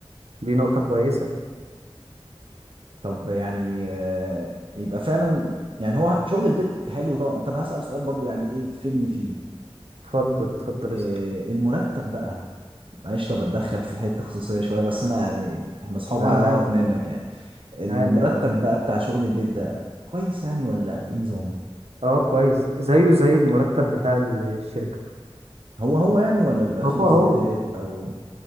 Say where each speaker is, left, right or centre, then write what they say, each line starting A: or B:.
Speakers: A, on the right; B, on the right.
A: دي نقطة كويسة
B: طب يعني آه، يبقى فعلا يعني هو شغل البيت حلو طبعا طب هسأل سؤال برضو يعني ايه تفيدني فيه
A: اتفضل اتفضل
B: آه،
A: اسأل
B: المرتب بقى معلش لو بتدخل في حتة خصوصية شوية بس انا يعني احنا اصحاب
A: لا
B: عايز
A: عادي
B: اعرف منك يعني المرتب
A: عادي يعني
B: بقى بتاع شغل البيت ده كويس يعني ولا ايه نظامه
A: اه كويس زيه زي المرتب بتاع الشركة
B: هو هو يعني ولا بيبقى
A: هو
B: فيه زيادات
A: هو
B: او